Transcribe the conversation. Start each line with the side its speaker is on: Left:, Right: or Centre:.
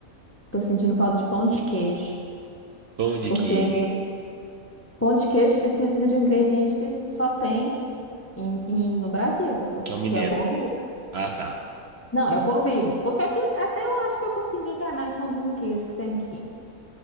Left: Tô sentindo falta de pão de queijo,
Right: Pão de
Left: porque
Right: queijo,
Left: pão de queijo precisa de um ingrediente que só tem em- em- no Brasil, por-
Right: que é o mineiro.
Left: que é o polvilho.
Right: Ah, tá.
Left: Não, é o polvilho, porque aqui até eu acho que eu consegui enganar com algum queijo que tem aqui.